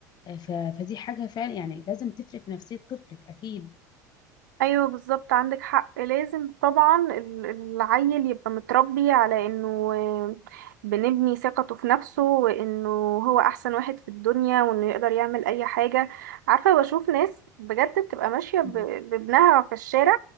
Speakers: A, on the left; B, on the right.
A: آه، ف- فدي حاجه فعلا يعني لازم تفرق في نفسيه طفلك اكيد
B: ايوه بالظبط عندك حق لازم طبعا ال- العيل يبقى متربي على انه آه، بنبني ثقته في نفسه وانه هو احسن واحد في الدنيا وانه يقدر يعمل اي حاجة عارفة بشوف ناس بجد بتبقى ماشية ب-
A: مهم.
B: بابنها في الشارع